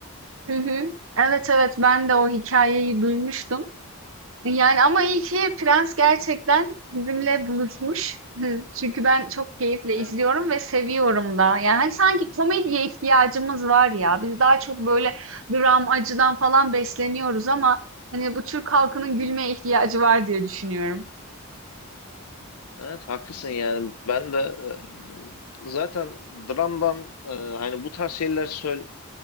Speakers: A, on the right (about 60°); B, on the left (about 80°).
A: Hı hı. Evet evet ben de o hikayeyi duymuştum. Yani ama iyi ki Prens gerçekten bizimle buluşmuş. Hı. Çünkü ben çok keyifle
B: Evet,
A: izliyorum ve seviyorum da. Yani hani sanki komediye ihtiyacımız var ya. Biz daha çok böyle dram, acıdan falan besleniyoruz ama hani bu Türk halkının gülmeye ihtiyacı var diye düşünüyorum.
B: evet haklısın yani. Ben de e, zaten dramdan e, hani bu tarz şeyler söyle,